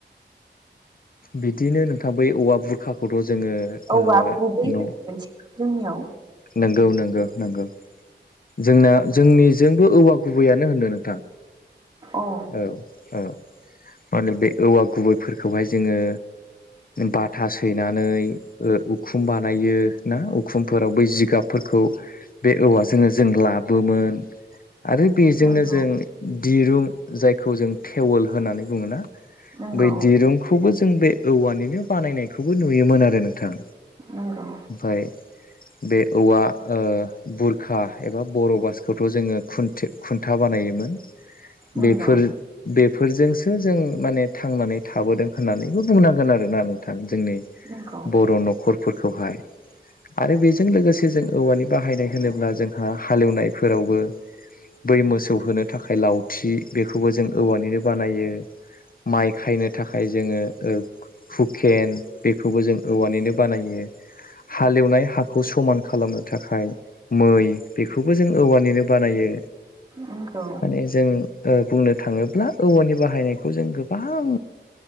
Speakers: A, on the left; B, on the right.
A: बिदिनो नोंथां बै औवा बुरखाखौथ' जोङो
B: औवा
A: ओ
B: गुबै <unintelligible> जोंनियाव
A: नंगौ नंगौ नंगौ जोंना जोंनिजोंबो औवा गुबैयानो होनदों नोंथां
B: अ
A: औ औ मा होनो बे औवा गुबैफोरखौहाय जोङो बाथा सैनानै उखुम बानायो ना उखुमफोराव बै जि जिगाबफोरखौ बे औवाजोंनो जों लाबोमोन आरो बेजोंनो
B: नंगौ
A: जों दिरुं जायखौ जों थेवोल होननानै बुङोना
B: नंगौ
A: बै दिरुं बे खौबो जों बे औवानिनो बानायनायखौबो नुयोमोन आरो नोंथां
B: नंगौ
A: ओमफाय बे औवा बुर खा एबा बर' बासखौथ' जोङो खुन खुन्था बानायोमोन
B: नंगौ
A: बेफोर बेफोरजोंसो जों माने थांनानै थाबोदों होननानैबो बुंनांगोन आरोना नोंथां। जोंनि
B: नंगौ
A: बर' न'ख'र फोरखौहाय आरो बेजों लोगोसे जों औवानि बाहायनाय होनोब्ला जोंहा हालेवनायफोरावबो बै मोसौ होनो थाखाय लाव फुरथि बेखौबो जों औवानिनो बानायो माइ खायनो थाखाय जोङो हुकेन बेखौबो जों औवानिनो बानायो। हालेवनाय हाखौ समान खालामनो थाखाय मै बेखौबो जों औवानिनो बानायो
B: नंगौ
A: माने जों बुंनो थाङोब्ला औवानि बाहायनाय बेखौ जों गोबां